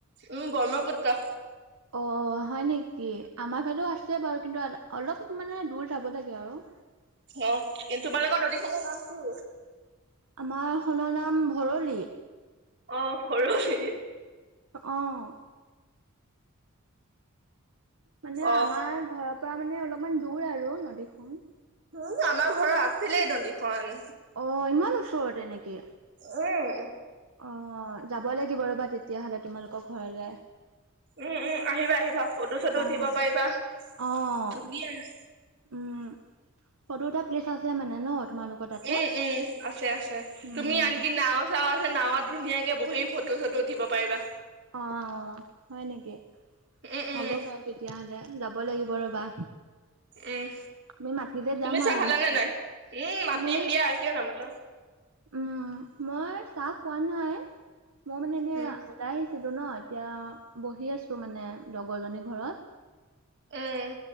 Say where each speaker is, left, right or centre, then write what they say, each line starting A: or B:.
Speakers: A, on the right (about 50°); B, on the right (about 75°).
A: উম ব্ৰহ্মপুত্ৰ।
B: অ হয় নেকি আমাৰ ফালেও আছে বাৰু কিন্তু অলপ মানে দূৰ যাব লাগে আৰু।
A: অ কি তোমালোকৰ নদীখৰ নাম কি?
B: আমাৰ খনৰ নাম ভৰলি।
A: অ ভৰলি।
B: আহ। মানে
A: অ
B: আমাৰ ঘৰৰ পৰা মানে অলপমান দূৰ আৰু নদীখন।
A: উম আমাৰ ঘৰৰ আগফালেই নদীখন।
B: অ ইমান ওচৰত এনেকে।
A: উম।
B: অ যাব লাগিব ৰ'বা তেতিয়াহলে তোমালোকৰ ঘৰলে।
A: উম উম আহিবা আহিবা ফটো চটো
B: অ',
A: উঠিব পাৰিবা
B: অ',
A: ধুনীয়া আৰু।
B: উম ফটো উঠা প্লেচ আছে মানে ন। তোমালোকৰ তাতে?
A: উম উম আছে আছে
B: উম,
A: তুমি আনকি নাও চাও আছে নাৱত ধুনীয়াকে কে বহি ফটো চটো উঠিব পাৰিবা।
B: অ অ হয় নেকি
A: উম
B: হ'ব
A: উম
B: বাৰু তেতিয়াহলে। যাব লাগিব ৰ'বা।
A: উম
B: তুমি মাতিলে যাম
A: তুমি চাহ
B: আৰু
A: খালে
B: নিশ্চয়
A: নে নাই? উম মাতিম
B: মোৰ
A: দিয়া আহকিয়ে যাম ত।
B: উম মই চাহ খোৱা নাই। মই মানে এনে
A: উম
B: ওলাই আহি ছিলো ন এতিয়া বহি আছো মানে লগৰ জনী ঘৰত।
A: এহ।